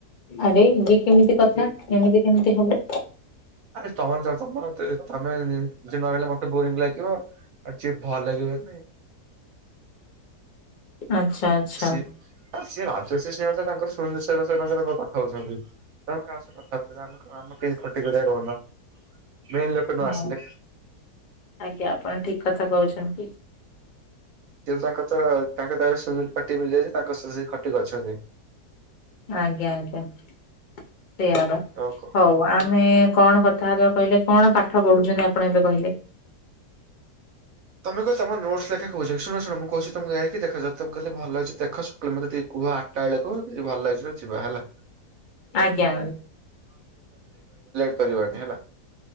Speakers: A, on the left; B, on the right.
A: ଆରେ ଇଏ କେମିତି କଥା ଏମିତି କେମିତି ହବ?
B: ଆରେ ତମେ ମାନେ ଯାଉଛ <unintelligible> ବୋରିଂ ଲାଗିବ ଯିଏ ଭଲ ଭଲ ଲାଗିବନି।
A: ଆଚ୍ଛା ଆଚ୍ଛା
B: ସେ ଆ ସେ ରାଜ ସେ ସେଇ ଅନୁସାରେ ତାଙ୍କର ସୁନିଲ ସାର୍ ଙ୍କ ସହ କଥା ହଉଛନ୍ତି ତ ଆମେ କାହା ସହ କଥା ହେବା କହିଲ ଆମ କେମିତି ଖ <unintelligible> ଧୀରେ କହୁନ ମେନ୍ ଲୋକ ନ
A: ହଁ
B: ଆସିଲେ।
A: ଆଜ୍ଞା ଆପଣ ଠିକ କଥା କହୁଛନ୍ତି।
B: <unintelligible> ତାଙ୍କର ତ ତାଙ୍କ ସୁନୀଲ ପାର୍ଟି ମିଳିଯାଇଛି। ତାଙ୍କ ସହ ଖଟି କରୁଛନ୍ତି।
A: ଆଜ୍ଞା ଆଜ୍ଞା। ସେଇଆ ବା
B: ତ
A: ହଉ ଆମେ କଣ କଥା ହେବା କହିଲେ? କଣ ପାଠ ପଢୁଛନ୍ତି ଆପଣ ଏବେ କହିଲେ?
B: ତମେ କୁହ ତମ ନୋଟସ ଲେଖା କହୁଛି ଶୁଣ ଶୁଣ ମୁଁ କହୁଛି ତମେ ଯାଇକି ଦେଖ <unintelligible> ମୋତେ ଟିକେ କୁହ। ମୁଁ ଆଠଟା ବେଳେ କହୁ ନଥିଲି ଭଲ ଲାଗୁଛି ଯିବା ହେଲା।
A: ଆଜ୍ଞା।
B: କରିବାନି ହେଲା।